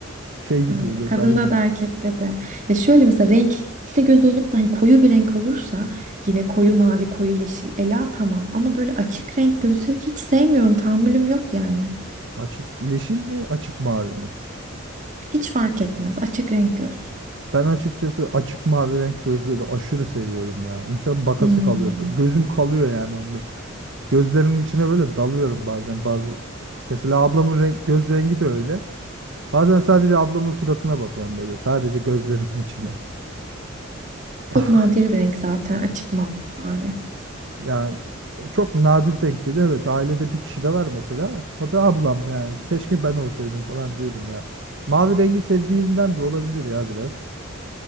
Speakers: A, on the right; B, on the right.
A: Şey gibi
B: Ben
A: oluyor
B: de kadında
A: sanki.
B: da erkekte de. Ya şöyle mesela renkli göz olup da hani koyu bir renk olursa yine koyu mavi, koyu yeşil, ela tamam. Ama böyle açık renk gözü hiç sevmiyorum. Tahammülüm yok yani.
A: Açık yeşil mi, açık mavi mi?
B: Hiç fark etmez. Açık renk göz.
A: Ben açıkçası açık mavi renk gözleri aşırı seviyorum ya. İnsanın bakası
B: Hmm.
A: kalıyor. Bö- Gözüm kalıyor yani onda. Gözlerinin içine böyle dalıyorum bazen. Bazı mesela ablamın renk, göz rengi de öyle. Bazen sadece ablamın suratına bakıyorum böyle. Sadece gözlerinin içine. <laughs>
B: Çok
A: Ama
B: nadir bir renk zaten açık ma- mavi.
A: yani o çok nadir denk geliyor. Evet ailede bir kişi de var mesela. O da ablam yani. Keşke ben olsaydım falan diyordum ya. Mavi rengi sevdiğimden de olabilir ya biraz.